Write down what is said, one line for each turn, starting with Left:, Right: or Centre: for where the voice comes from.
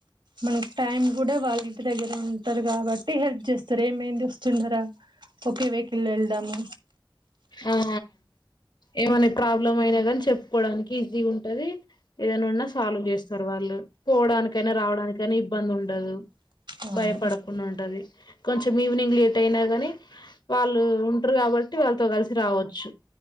Right: మనకు టైం కూడా వాళ్ళు ఇంటి దగ్గర ఉంటారు కాబ హెల్ప్ చేస్తారు ఏమంది వస్తుండరాా ఒకే వెహికల్ వెళ్దాము
Left: ఆ ఏమైనా ప్రాబ్లమ్ అయినా కానీ చెప్పుకోడానికి ఈజీ ఉంటది ఏదనా ఉన్నా సాల్వ్ చేస్తారు వాళ్ళు పోవడానికైనా రావడానికైనా ఇబ్బంది ఉండ ఉండదు
Right: అవును
Left: భయపడకుండా ఉంటది కొంచెం ఈవినింగ్ లేట్ అయినా కానీ వాళ్ళు ఉంటారు కాబట్టి వాళ్ళతో కలిసి సి రావచ్చు